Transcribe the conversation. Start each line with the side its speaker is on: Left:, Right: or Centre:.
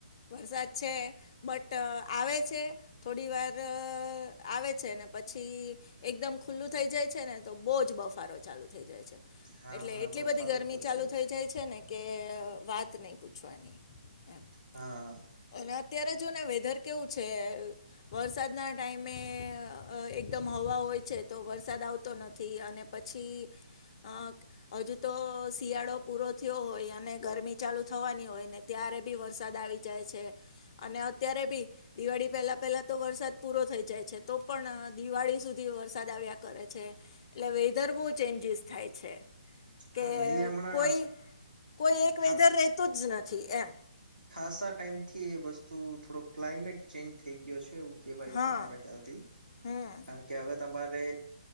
Left: વરસાદ છે. બટ આવે છે થોડી વાર આવે છે ને પછી એકદમ ખુલ્લું થઈ જાય છે ને તો બહુ જ બફારો ચાલુ થઈ જાય છે.
Right: હા
Left: એટલે એટલી
Right: બફારો
Left: બધી ગરમી
Right: તો
Left: ચાલુ
Right: છે.
Left: થઈ
Right: જ
Left: જાય છે ને કે વાત નહી પૂછવાની. એમ
Right: હા
Left: અને અત્યારે જો ને વેધર કેવું છે વરસાદના ટાઈમે એકદમ હવા હોય છે તો વરસાદ આવતો નથી અને પછી અ હજુ તો શિયાળો પૂરો થયો હોય અને ગરમી ચાલુ થવાની હોય ને ત્યારે બી વરસાદ આવી જાય છે અને અત્યારે બી દિવાળી પહેલા પેલા તો વરસાદ પૂરો થઈ જાય છે તો પણ દિવાળી સુધી વરસાદ આવ્યા કરે છે એટલે વેધર બહુ ચેન્જીસ થાય છે કે
Right: હા એ હમણાં
Left: કોઈ કોઈ એક
Right: ખા
Left: વેધર રહેતો જ નથી એમ
Right: ખાસા ટાઈમ થી એ વસ્તુ થોડો ક્લાઇમેટ ચેન્જ થઈ ગયો છે એવ કેવાય
Left: હા
Right: છે મારા ખ્યાલથી
Left: હમ
Right: કારણ કે હવે તમારે